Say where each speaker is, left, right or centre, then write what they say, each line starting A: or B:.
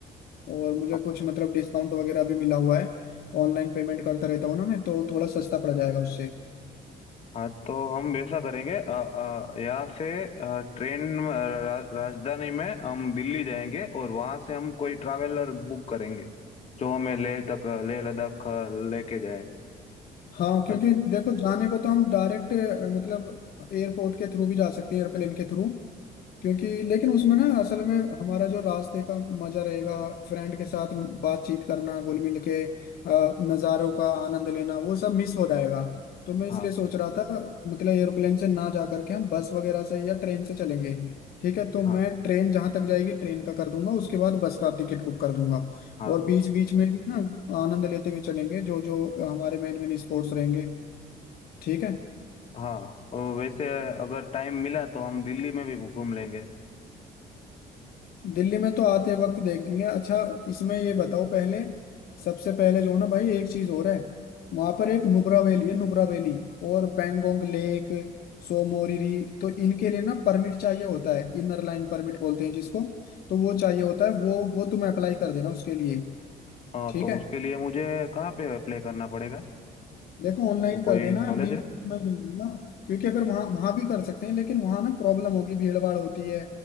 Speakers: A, on the left; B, on the left.
A: और मुझे
B: हाँ
A: कुछ मतलब डिस्काउंट वगैरह भी मिला हुआ है ऑनलाइन पेमेंट करता रहता हूँ ना मैं तो थोड़ा सस्ता पड़ जाएगा उससे
B: हाँ, तो हम वैसा करेंगे अ, अ, यहाँ से अ, ट्रेन में, अ, रा, राजधानी में हम दिल्ली जाएंगे और वहाँ से हम कोई ट्रैवलर बुक करेंगे जो हमें लेह तक लेह लद्दाख अ, लेके जाए
A: हाँ क्योंकि
B: अ-
A: देखो जाने को तो हम डायरेक्ट मतलब एयरपोर्ट के थ्रू भी जा सकते हैं एयरप्लेन के थ्रू क्योंकि लेकिन उसमें ना असल में हमारा जो रास्ते का मजा रहेगा फ्रेंड के साथ बातचीत करना घुल मिल के अ, नज़ारों का आनंद लेना वो सब मिस हो जाएगा तो मैं इसलिए
B: हाँ
A: सोच रहा था मतलब एयरप्लेन से ना जा करके हम बस वगैरह से या ट्रेन से चलेंगे ठीक है तो
B: हाँ
A: मैं ट्रेन जहां तक जाएगी ट्रेन का कर दूंगा उसके बाद बस का टिकट बुक कर दूंगा
B: हाँ
A: और बीच बीच में भी ना आनंद लेते हुए चलेंगे जो जो हमारे मेन मेन स्पोर्ट्स रहेंगे ठीक है
B: हाँ और वैसे अगर टाइम मिला तो हम दिल्ली में भी घूम लेंगे
A: दिल्ली में तो आते वक्त देखेंगे अच्छा इसमें ये बताओ पहले सबसे पहले जो है ना भाई एक चीज और है वहां पर एक नुब्रा वैली है नुब्रा वैली और पेंगोंग लेक सोमोरिरी तो इनके लिए ना परमिट चाहिए होता है इनर लाइन परमिट बोलते हैं जिसको तो वो चाहिए होता है वो वो तुम अप्लाई कर देना उसके लिए
B: हाँ
A: ठीक
B: तो
A: है
B: उसके लिए मुझे कहाँ पे अप्लाई करना पड़ेगा
A: देखो ऑनलाइन
B: वो
A: कर
B: कोई
A: देना
B: नॉलेज
A: लिंक
B: है
A: मैं भेज दूंगा क्योंकि अगर वहाँ वहाँ भी कर सकते हैं लेकिन वहाँ ना प्रॉब्लम होगी भीड़ भाड़ होती है